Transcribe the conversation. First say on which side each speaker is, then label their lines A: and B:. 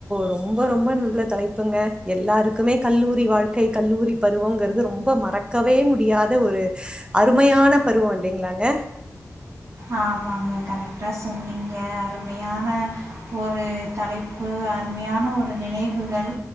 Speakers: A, on the right; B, on the right.
A: ரொம்ப ரொம்ப நல்ல தலைப்புங்க எல்லாருக்குமே கல்லூரி வாழ்க்கை கல்லூரி பருவங்கிறது ரொம்ப மறக்கவே முடியாத ஒரு அருமையான பருவம் இல்லைங்களாங்க
B: ஆமாங்க கரெக்டா சொன்னீங்க அருமையான ஒரு தலைப்பு அருமையான ஒரு நினைவுகள்